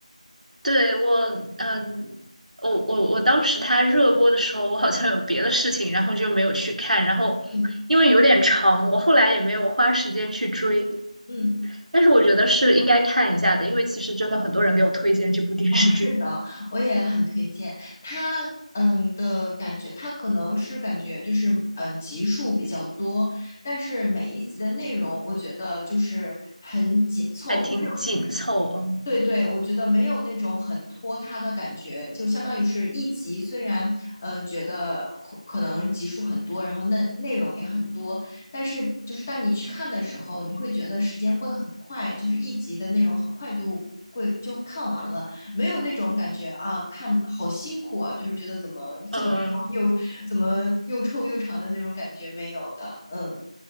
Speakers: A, on the right (about 85°); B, on the left (about 15°).
A: 对，我，嗯，我我我当时他热播的时候，我好像有别的事情，然后就没有去看。然后因为有点长，
B: 嗯
A: 我后来也没有花时间去追。
B: 嗯，
A: 但是我觉得是应该看一下的，因为其实真的很多人给我推荐这部电视剧，
B: 哦，是的，我也很推荐它。嗯的感觉，它可能是感觉就是呃集数比较多，但是每一集的内容我觉得就是很紧凑。
A: 还挺紧凑啊。
B: 有。对对，我觉得没有那种很拖沓的感觉，就相当于是一集，虽然嗯、呃觉得可可能集数很多，然后内内容也很多，但是就是当你去看的时候，你会觉得时间过得很快，就是一集的内容很快就会就看完了，没有那种感觉啊，看好辛苦啊，就是觉得怎么这么长又怎么又臭又长的那种感觉没有的，
A: 嗯
B: 嗯